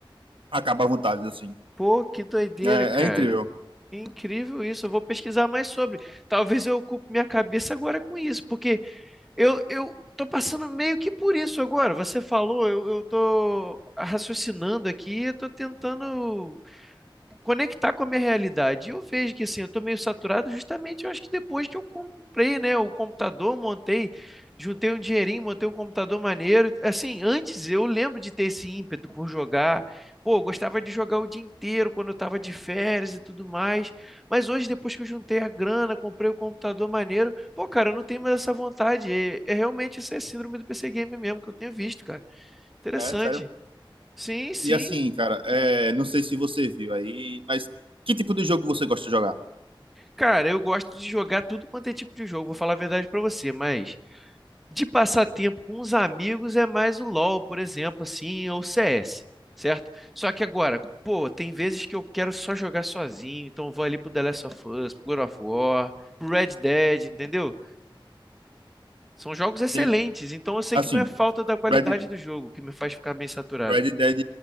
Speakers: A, on the right; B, in the centre.
A: acaba a vontade, assim.
B: Pô, que doideira,
A: É,
B: cara.
A: é incrível.
B: Incrível isso. Eu vou pesquisar mais sobre. Talvez eu ocupe minha cabeça agora com isso, porque eu, eu tô passando meio que por isso agora. Você falou, eu, eu tô raciocinando aqui, eu tô tentando conectar com a minha realidade. E eu vejo que assim, eu estou meio saturado justamente, eu acho que depois que eu comprei, né, o computador, montei, juntei um dinheirinho, montei um computador maneiro. Assim, antes eu lembro de ter esse ímpeto por jogar. Pô, eu gostava de jogar o dia inteiro quando eu estava de férias e tudo mais. Mas hoje, depois que eu juntei a grana, comprei o computador maneiro, pô, cara, eu não tenho mais essa vontade. É, é realmente essa é a síndrome do PC Gamer mesmo que eu tenho visto, cara. Interessante.
A: É, sério.
B: Sim, sim.
A: E assim, cara, é, não sei se você viu aí, mas que tipo de jogo você gosta de jogar?
B: Cara, eu gosto de jogar tudo quanto é tipo de jogo, vou falar a verdade pra você, mas de passar tempo com os amigos é mais o LoL, por exemplo, assim, ou CS, certo? Só que agora, pô, tem vezes que eu quero só jogar sozinho, então eu vou ali pro The Last of Us, pro God of War, pro Red Dead, entendeu? São jogos excelentes,
A: Sim, sim.
B: então eu sei
A: Assim,
B: que não é falta da qualidade
A: Red,
B: do jogo que me faz ficar meio saturado.
A: Red Dead,